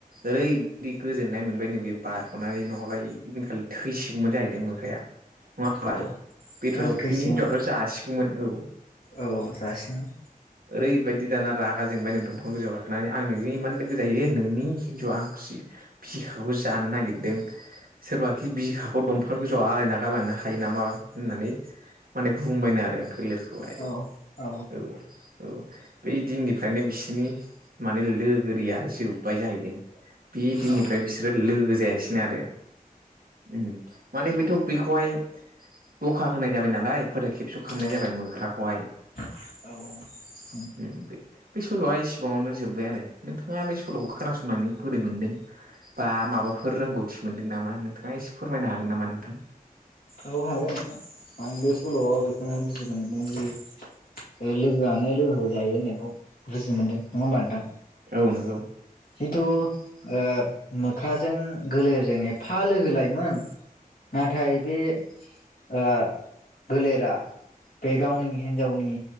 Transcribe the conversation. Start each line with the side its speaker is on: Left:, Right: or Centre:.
Right: ओरैबायदि गोजोननाय मोनबायनो बे बारग'नानै नङाबा इदिन खालि थैसिगौमोन जाहैदों मोख्राया। नङा
Left: औ।
Right: बेथ'
Left: औ थैसिगोन
Right: बिनि हिनजावाथ' जासिगौमोन औ।
Left: औ जासिगौमोन।
Right: ओरैबायदि दाना रागा जोंबायनो दंफां गोजौआव गाखोनानै आं नोंजों इमान लोगो जायो नोंनि बिथ' आंखौसि बिखाखौ जानो नागिरदों सोरबाखि बिखाखौ दंफां गोजौआव आलायना गालांनो हायो नामा होननानै माने बुंबायनो आरो गोलोरखौहाय
Left: औ औ
Right: औ औ। बै दिननिफ्रायनो बिसोनि माने लोगोरिया जोब्बाय जाहैदों। बि दिननिफ्राय
Left: औ
Right: बिसोरो लोगो जायासि नो आरो। उम माने बैथ' बैखौहाय दखा होनाय जाबाय नालाय फोथाय खेबस' खालामनाय
Left: औ
Right: जाबाय मोख्राखौहाय।
Left: औ
Right: उम बे सल'आ इसिबाङावनो जोब्बाय आरो। नोंथाङा बे सल'खौ खोनासंनानै बोरै मोनदों बा माबाफोर रोंगौथि मोनदों नामा नोंथाङा एसे फोरमायनो हागोन नामा नोंथां?
Left: औ हागोन नोंथां। आं बे सल'आव बेखौनो बुजि मोनदोंदि ओ लोगोआनो लोगोखौ जायो होननायखौ बुजि मोन्दों। नङा होमबा नोंथां?
Right: औ नोंगौ।
Left: जिथु ओ मोखाजों गोलेरजों एफा लोगो लायमोन नाथाय बे ओ गोलेरा बे गावनि हिन्जावनि